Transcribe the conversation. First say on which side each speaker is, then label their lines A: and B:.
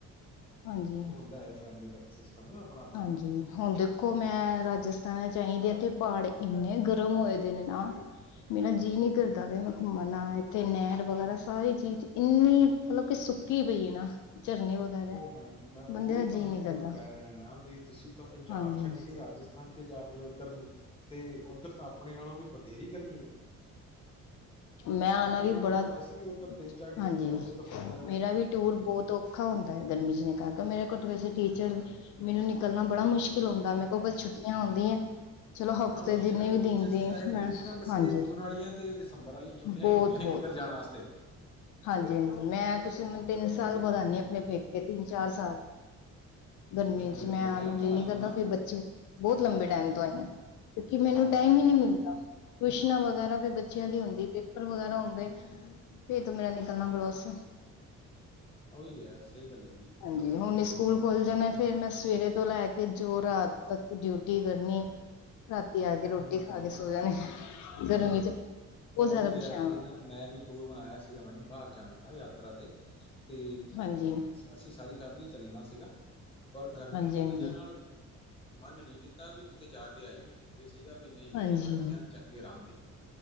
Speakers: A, on the left (about 80°); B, on the left (about 20°).
A: ਗੇ
B: ਦਇਆ ਫਰਮ ਦੀ ਸਿਸਟਮ ਨਾ ਆਪਣਾ-ਆਪਣਾ।
A: ਹਾਂਜੀ, ਹੁਣ ਦੇ। ਦੇਖੋ, ਮੈਂ ਰਾਜਸਥਾਨ ਚ ਆਹੀਦੀ, ਇੱਥੇ ਪਹਾੜ ਇੰਨੇ ਗਰਮ ਹੋਏ ਦੇ ਨੇ, ਨਾ ਮੇਰਾ ਜੀਅ, ਨਈ ਕਰਦਾ ਮੈਂ ਘੁੰਮਣਾ, ਇੱਥੇ ਨਹਿਰ ਵਗੈਰਾ ਸਾਰੀ ਚੀਜ਼, ਇੰਨੀ ਮਤਲਬ ਕਿ ਕੀ, ਬਈਏ ਨਾ ਝਰਨੇ ਵਗੈਰਾ
B: ਉਹ ਮੈਡਮ, ਮੈਂ ਉਹੀ
A: ਬੰਦੇ ਦਾ
B: ਤਾਂ
A: ਜੀਅ
B: ਮੈਂ,
A: ਨੀ
B: ਤੁਹਾਨੂੰ
A: ਕਰਦਾ
B: ਕਹਿ ਕਹਿ ਰਿਹਾ ਨਾ ਬ ਤੁਸੀਂ, ਤਾਂ ਪੰਜਾਬ
A: ਹਾਂਜੀ-ਹਾਂਜੀ
B: ਛੱਡ ਕੇ ਰਾਜਸਥਾਨ ਚ, ਜਾ ਬੜੇ ਉੱਧਰ ਨੂੰ ਤੇ ਉੱਧਰ ਤਾਂ, ਆਪਣੇ ਨਾਲੋਂ ਵੀ ਬਥੇਰੀ, ਗਰਮੀ
A: ਮੈਂ ਆਣਾ
B: ਆਪਣੇ
A: ਵੀ
B: ਨਾਲੋਂ
A: ਬੜਾ
B: ਤਾਂ, ਵੈਸੇ ਵੀ ਉੱਧਰ ਤਿੰਨ- ਚਾਰ ਡਿਗਰੀ
A: ਹਾਂਜੀ
B: ਟੈਂਪਰੇਚਰ, ਦਾ ਫ਼ਰਕ ਰਹਿੰਦਾ
A: ਮੇਰਾ
B: ਹੈ
A: ਵੀ ਟੂਰ ਬਹੁਤ ਔਖਾ ਹੁੰਦਾ, ਗਰਮੀ ਚ ਨੇ ਕਾਰਕੇ ਮੇਰੇ ਕੋਲ ਤਾਂ, ਵੈਸੇ ਟੀਚਰ ਮੈਨੂੰ, ਨਿਕਲਣਾ, ਬੜਾ ਮੁਸ਼ਕਿਲ ਆਉਂਦਾ, ਮੈਂ ਕੋਲ ਛੁੱ? ਮੈਂ ਆਉਂਦੀ ਆਂ, ਚਲੋ ਹਫ਼ਤੇ
B: ਹਾਂ ਉਹੀ
A: ਜਿੰਨੇ
B: ਹੈ ਨਾ
A: ਵੀ
B: ਟੀਚਰਸ
A: ਦਿਨ ਦੀ,
B: ਲਾਈਫ
A: ਮੈਂ
B: ਦੇ ਵਿੱਚ ਨਾ ਬਸ
A: ਹਾਂਜੀ।
B: ਇਹ ਜੂਨ ਵਾਲੀਆਂ ਤੇ ਦਸੰਬਰ, ਵਾਲੀਆਂਆ ਛੁਟੀਆਂ
A: ਬਹੁਤ
B: ਹੀ ਹੁੰਦੀਆਂ ਨੇ
A: ਬਹੁਤ
B: ਕਿੱਧਰ ਜਾਣ ਵਾਸਤੇ।
A: ਹਾਂਜੀ- ਹਾਂਜੀ ਮੈਂ ਤੁਸੀਂ ਮ ਤਿੰਨ ਸਾਲ, ਬਾਅਦ ਆਨੀ ਆ ਆਪਣੇ ਪੇਕੇ ਤਿੰਨ ਚਾਰ, ਸਾਲ। ਗਰਮੀ
B: ਅੱਛਾ ਬੜੇ
A: ਚ
B: ਲੰਬੇ
A: ਮੈਂ ਆਹਨ
B: ਟਾਈਮ
A: ਵਾਲੀ
B: ਤੋਂ
A: ਨਹੀਂੀ,
B: ਆਏ
A: ਕਰਦਾ
B: ਹੋ ਨਾ।
A: ਫੇਿਰ ਬੱਚੇ, ਬਹੁਤ ਲੰਬੇ ਟਾਈਮ ਤੋਂ ਆਈ ਹਾਂ। ਕਿਉਂਕਿ, ਮੈਨੂੰ
B: ਹਾਂ
A: ਟਾਈਮ ਹੀ ਨੀ ਮਿਲਦਾ, ਟਿ- ਊਸ਼ਨਾਂ ਵਗੈਰਾ ਵੀ ਬੱਚੇ ਦੀ ਹੁੰਦੀ ਪੇਪਰ ਵਗੈਰਾ ਹੁੰਦੇ ਫਰ ਤ ਮੇਰਾ ਨਿਕਲਣਾ ਪਲੋਸ
B: ਉਹੀ ਹੈ, ਸਹੀ ਗੱਲ ਹੈ ਜੀ।
A: ਹਾਂਜੀ, ਹੁਣ ਸਕੂਲ ਖੁੱਲ ਜਾਣੇ, ਫਿਰ ਮੈਂ ਸਵੇਰੇ ਤੋਂ ਲੈ ਕੇ ਜੋ ਰਾਤ ਤੱਕ, ਡਿਊਟੀ ਕਰਨੀ। ਰਾਤੀ ਆ ਕੇ, ਰੋਟੀ
B: ਹਮ
A: ਖਾ ਕੇ, ਸੋ ਜਾਣੇ ਗਰਮੀ ਚ ਬਹੁਤ
B: ਬ ਉਹ
A: ਜ਼ਿਆਦਾ ਪਰੇਸ਼ਾਨ
B: ਇਹਤਕੀ
A: ਹਾਂ
B: ਨਾ ਮੈਂ ਵੀ ਟੂਰ ਬਣਾਇਆ ਸੀਗਾ ਮੈਡਮ ਬਾਹਰ ਜਾਣ ਦਾ ਯਾਤਰਾ ਤੇ ਤੇ
A: ਹਾਂਜੀ
B: ਅਸੀਂ ਸਾਰੀ ਫੈਮਿਲੀ ਚੱਲਣਾ ਸੀ। ਸੀਗਾ ਪਰ ਗਰਮੀ
A: ਹਾਂਜੀ
B: ਦੀ
A: ਹਾਂਜੀ
B: ਵਜ੍ਹਾ ਨਾਲ ਮਨ ਨਹੀਂ ਕੀਤਾ ਵੀ ਕਿਥੇ ਜਾ ਕੇ ਆਈਏ। ਇਹ ਸੀਗਾ ਵੀ ਨਹੀਂ
A: ਹਾਂਜੀ
B: ਘਰਰੇ ਬੈਠੇ ਹ ਚੰਗੇ ਰਹਾਂਗੇ।